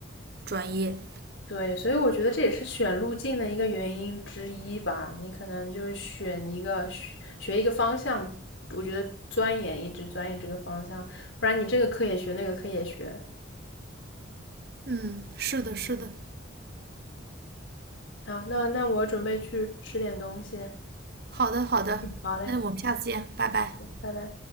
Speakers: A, on the right; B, on the left.
A: 专业。
B: 对，所以我觉得这也是选路径的一个原因之一吧。你可能就是选一个学学一个方向，我觉得钻研一直钻研这个方向，不然你这个课也学，那个课也学。
A: 嗯，是的，是的。
B: 好，那那我准备去吃点东西。
A: 好的，好的。
B: 好嘞，
A: 那我们下次见，拜拜。
B: 拜拜。